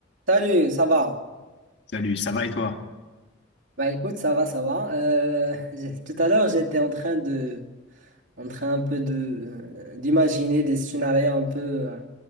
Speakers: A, on the right; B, on the left.
A: Salut, ça va?
B: Salut, ça va et toi?
A: Bah écoute, ça va, ça va. Euh, <laughs> j'ai- tout à l'heure, j'étais en train de, en train un peu de, euh, d'imaginer des scénarios un peu, euh,